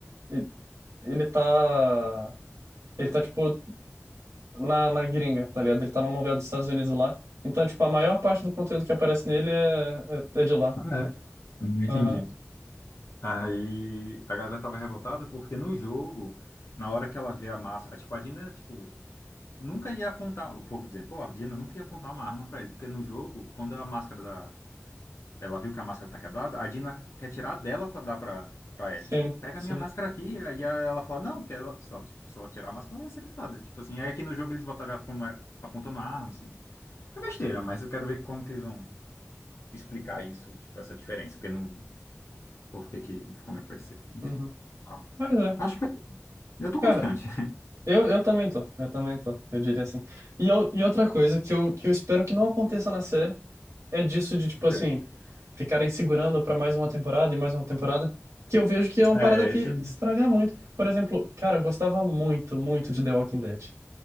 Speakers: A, on the right; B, on the left.
A: ele, ele tá. Ele tá, tipo, na, na gringa, tá ligado? Ele tá num lugar dos Estados Unidos lá. Então, tipo, a maior parte do conteúdo que aparece nele é, é, é de lá.
B: Ah, é? Não entendi.
A: Aham.
B: Aí a galera tava revoltada porque no jogo, na hora que ela vê a máscara. Tipo, a Dina, tipo. Nunca ia apontar. O povo dizendo, pô, a Dina nunca ia apontar uma arma pra ele. Porque no jogo, quando a máscara da. Ela viu que a máscara tá quebrada, a Dina quer tirar a dela pra dar pra, pra ela.
A: Sim,
B: Tipo, pega
A: sim.
B: a minha máscara aqui. E aí a- ela fala, não, porque ela, se ela, tipo, se ela tirar a máscara, ela ia ser infectada. Tipo assim, aí aqui no jogo eles botaram ela como é- apontando a arma, assim. É besteira, mas eu quero ver como que eles vão explicar isso, tipo, essa diferença, porque não. Por que que, como é que vai ser? Enfim.
A: Uhum. Mas é.
B: Acho que vai- eu tô
A: Cara,
B: confiante.
A: Eu, eu também tô, eu também tô, eu diria assim. E, eu, e outra coisa que eu, que eu espero que não aconteça na série é disso de, tipo
B: <laughs>
A: assim, ficarem segurando pra mais uma temporada e mais uma temporada, que eu vejo que é uma
B: É,
A: parada que
B: esse...
A: estraga muito. Por exemplo, cara, eu gostava muito, muito de The Walking Dead.